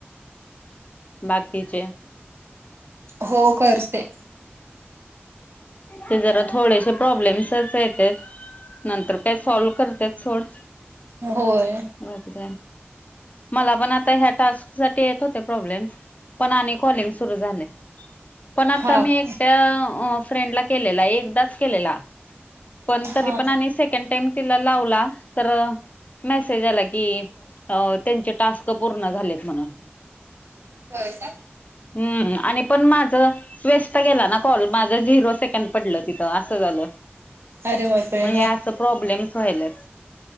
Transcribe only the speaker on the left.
बाकीचे
ते जरा थोडेसे प्रॉब्लेम्सच येत्यात नंतर काय सॉल करते सोड
बाकीच मला पण आता ह्या टास्क साठी येत होते प्रॉब्लेम्स पण आणि कॉलिंग सुरू झालेय. पण आता
मी
एकट्या फ्रेंडला केलेला एकदाच केलेला पण
तरी पण आणि सेकंड टाईम तिला लावला तर मेसेज आला की त्यांचे टास्क पूर्ण झालेत म्हणून.
हम् आणि पण माझं वेस्ट गेला ना कॉल माझं झिरो सेकंड पडलं तिथं असं झालं.
मग हे अस प्रॉब्लेम्स व्हायल्यात